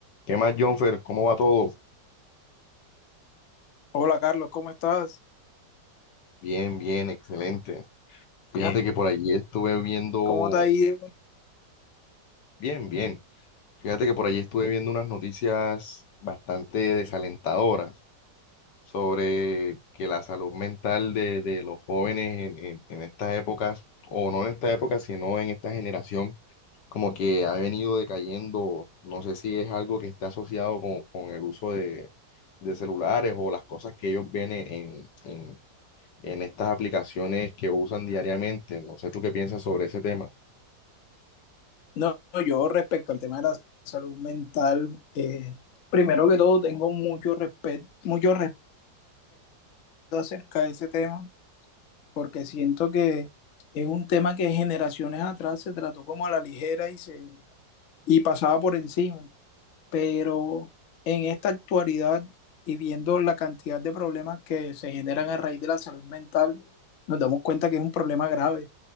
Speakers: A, on the left (about 75°); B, on the left (about 60°).
A: ¿Qué más, Jonfer? ¿Cómo va todo?
B: Hola Carlos, ¿cómo estás?
A: Bien, bien, excelente. Fíjate
B: ¿Cómo, Bien,
A: que por allí estuve viendo,
B: cómo te ha ido?
A: bien, bien. Fíjate que por allí estuve viendo unas noticias bastante desalentadoras sobre que la salud mental de, de los jóvenes en, en, en estas épocas, o no en esta época, sino en esta generación, como que ha venido decayendo. No sé si es algo que está asociado con, con el uso de, de celulares o las cosas que ellos ven en, en, en estas aplicaciones que usan diariamente. No sé tú qué piensas sobre ese tema.
B: No, no, yo respecto al tema de la salud mental, eh, primero que todo tengo mucho respeto, mucho respeto acerca de ese tema, porque siento que es un tema que generaciones atrás se trató como a la ligera y se y pasaba por encima. pero en esta actualidad y viendo la cantidad de problemas que se generan a raíz de la salud mental, nos damos cuenta que es un problema grave